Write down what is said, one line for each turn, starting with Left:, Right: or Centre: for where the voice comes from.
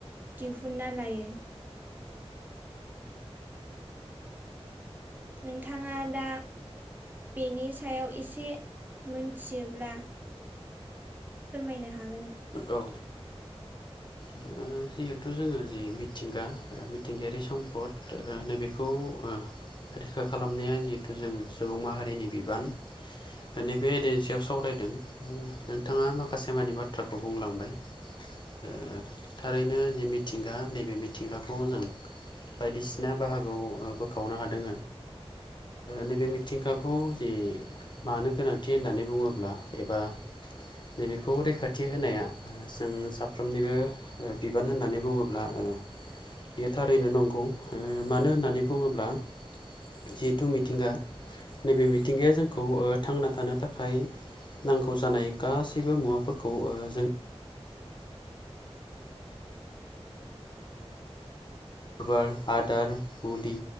Right: दिहुनना लायो। नोंथाङा दा बेनि सायाव एसे मोनथियोब्ला फोरमायनो हागोन
Left: औ ओ जिहेथु जोङो जिे मिथिंगा मिथिंगायारि सम्पद ओ नैबे बेखौ ओ रैखा खालामनाया जिहेथु जों सुबुं माहारिनि बिबान। नैबे एदनि सायाव सावरायदों नोंथाङा माखासे मानिे बाथ्राखौ बुंलांबाय। ओ थारैनो जि मिथिंगा नैबे मिथिंगाखौ जों बायदिसिना बाहागो ओ बोखावनो हादों नैबे मिथिंगाखौ जे मानो गोनांथि होननानै बुङोब्ला एबा नैबेखौ रैखाथि होनाया जों साफ साफ्रोमनिबो बिबान होननानै बुङोब्ला ओ बेयो थारैनो नंगौ ओ मानो होननानै बुङोब्ला जिहेथु मिथिंगा नैबे मिथिंगाया ओ जोंखौ थांना थानो थाखाय नांगौ जानाय गासैबो मुवाफोरखौ ओ जों बार आदार मुलि